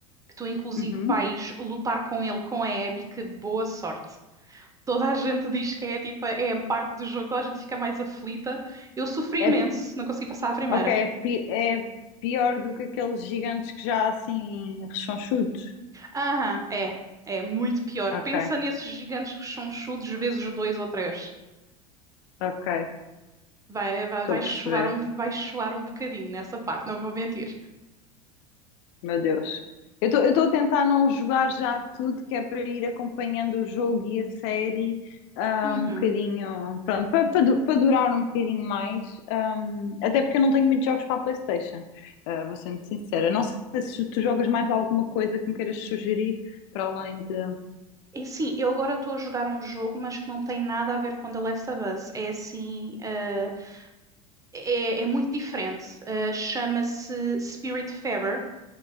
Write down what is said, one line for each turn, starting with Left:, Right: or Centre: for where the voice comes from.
Right: que tu inclusive
Left: Uhum.
Right: vais lutar com ele com a Abby, que boa sorte. Toda a gente diz que é tipo, é a parte do jogo, toda a gente fica mais aflita. Eu sofri
Left: É,
Right: imenso, não consegui passar a primeira.
Left: ok, é, pi- é pior do que aqueles gigantes que já há, assim rechonchudos.
Right: Aham, é, é muito pior.
Left: Ok,
Right: Pensa nesses gigantes que são chudos vezes dois ou três.
Left: ok,
Right: Vai, vai,
Left: estou
Right: vai
Left: a
Right: chuar
Left: perceber.
Right: um, vai chuar um bocadinho nessa parte, não vou mentir.
Left: Meu Deus. Eu estou a tentar não jogar já tudo, que é para ir acompanhando o jogo e a série ah,
Right: Uhum.
Left: um bocadinho, pronto, para, para, du- para durar um bocadinho mais. ahm, até porque eu não tenho muitos jogos para a PlayStation, ah, vou ser muito sincera. Não sei se tu jogas mais alguma coisa que me queiras sugerir, para além de.
Right: É assim, eu agora estou a jogar um jogo, mas que não tem nada a ver com The Last of Us. É assim, ah, é, é muito diferente. Ah, chama-se Spiritfarer.